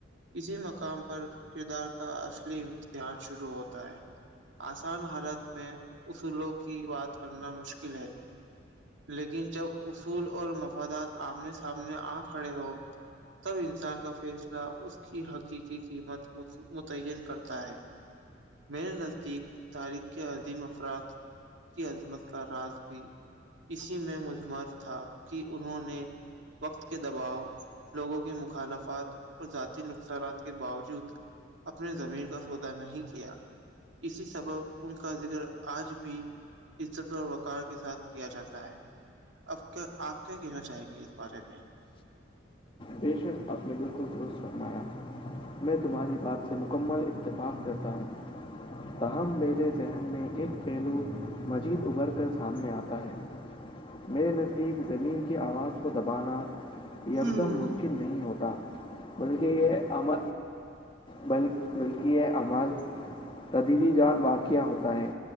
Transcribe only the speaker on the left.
بے شک اپنے بل کل درست فرمایا میں تمہاری بات سے مکمل اتفاق کرتا ہوں تاہم میرے ذہن میں ایک پہلو مزید ابھر کر سامنے آتا ہے میرے نزدیک زمین کی آواز کو دبانا یک
دم من مشکل نہیں ہوتا بلکہ یہ ام بلکہ یہ امال تدیبی جان واقعہ ہوتا ہے